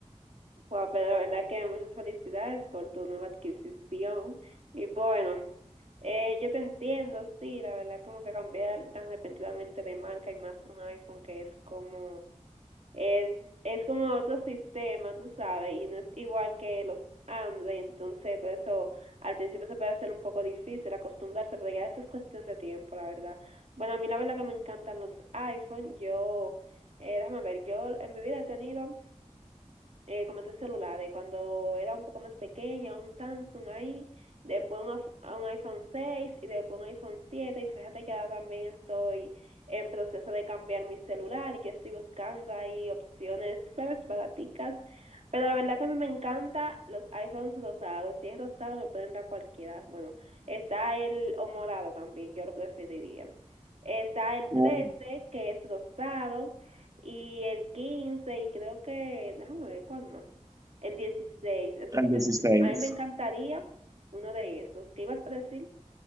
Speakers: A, on the right; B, on the right.
A: Wow, Pedro, la verdad que muchas felicidades por tu nueva adquisición. Y bueno, eh, yo te entiendo, sí, la verdad como que cambiar tan repentinamente de marca y más un iPhone que es como Es, es como otro sistema, tú sabes, y no es igual que los Android, entonces por eso al principio se puede hacer un poco difícil acostumbrarse, pero ya eso es cuestión de tiempo, la verdad. Bueno, a mí la verdad que me encantan los iPhone, yo, eh, déjame ver, yo en mi vida he tenido eh, como tres celulares. Cuando era un poco más pequeña, un Samsung ahí, después un, af- un iPhone seis y después un iPhone siete Y fíjate que ahora también estoy en proceso de cambiar mi celular y yo estoy buscando ahí opciones, tú sabes, baraticas. Pero la verdad que a mí me encanta los iPhones rosados. Si es rosado, me pueden dar cualquiera. Bueno, está el o morado también, yo lo preferiría. Está el trece
B: Uh,
A: que es rosado y el 15 y creo que, déjame ver cuál más, el dieciséis Entonces,
B: el 16.
A: a mí me encantaría uno de esos. ¿Qué ibas a decir?